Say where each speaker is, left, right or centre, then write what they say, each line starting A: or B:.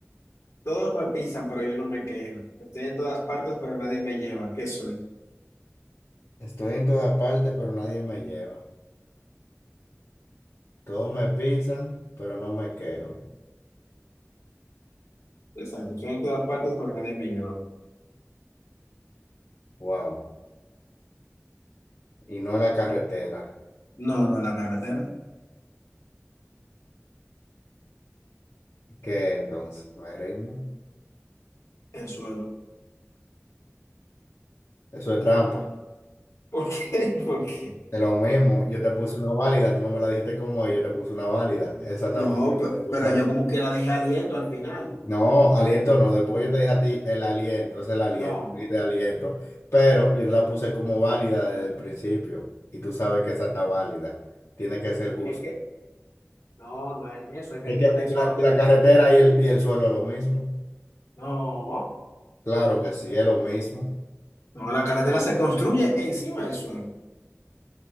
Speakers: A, on the left (about 80°); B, on the left (about 70°).
A: Todos me pisan, pero yo no me quejo. Estoy en todas partes, pero nadie me lleva. ¿Qué soy?
B: Estoy en toda parte, pero nadie me lleva. Todos me pisan, pero no me quejo.
A: Exacto. Estoy en todas partes, pero nadie me lleva.
B: Wow. Y no es la carretera.
A: No, no es la carretera.
B: ¿Qué entonces? Me rindo.
A: El suelo.
B: Eso es trampa.
A: ¿Por qué? <laughs> ¿Por qué?
B: Es lo mismo. Yo te puse una válida, tú no me la dijiste como es, yo te puse una válida. Esa está
A: No,
B: válida.
A: pe-
B: tú
A: pero,
B: sabes.
A: yo como quiera dije aliento al final.
B: No, aliento no. Después yo te dije a ti el aliento, es el aliento,
A: No.
B: y de aliento. Pero yo la puse como válida desde el principio. Y tú sabes que esa está válida. Tiene que ser justo.
A: Es que, no, no es eso. Es que
B: Es
A: tú
B: que
A: me estás diciendo
B: la,
A: a mí
B: la
A: de
B: carretera
A: que.
B: y el, y el suelo es lo mismo.
A: No.
B: Claro que sí, es lo mismo.
A: No, la carretera se construye encima del suelo.